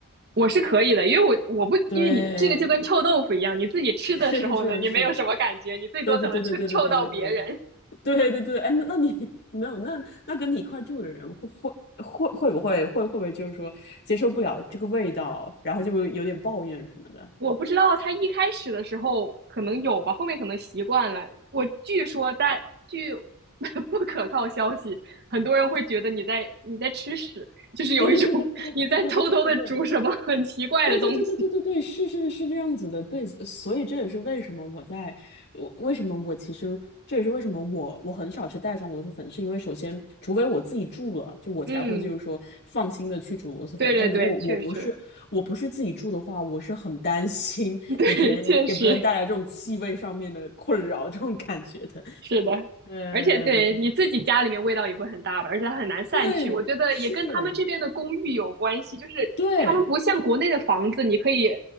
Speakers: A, on the right (about 50°); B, on the left (about 50°).
A: 我是可以的，因为我我不因为你这个就跟臭豆腐一样，
B: 对，
A: 你自己吃的时候呢，
B: 是是是是，
A: 你没有什么感觉，你最多可能臭臭到别人，
B: 对对对对对对对对对 <laughs> 对对对，哎，那那你没有那那跟你一块住的人会会会会不会会会不会就是说接受不了这个味道，然后就有点抱怨什么的？
A: 我不知道他一开始的时候可能有吧，后面可能习惯了。我据说但据 <laughs> 不可靠消息，很多人会觉得你在你在吃屎，就是有一种你在偷偷的煮什么很奇怪的东西。
B: 对对对对对对对对对对对对对对对对对对对对，是是是这样子的，对，所以这也是为什么我在，我为什么我其实这也是为什么我我很少吃袋装螺蛳粉，是因为首先，除非我自己住了，就我才会就是说放心的去煮螺蛳粉，
A: 嗯，对对对，
B: 但如果我不是我不是自己住的话，
A: 确实，
B: 我是很担心给别人给别人带来这种气味上面的困扰这种感觉的。
A: <laughs> 对，确实。
B: <laughs>
A: 是的，
B: 对对对
A: 而且对你自己家里面味道也会很大吧，而且它很难散去。
B: 对，
A: 我觉得也跟他们这边的公寓有关系，
B: 是，
A: 就是他们不像国内的房子，
B: 对
A: 你可以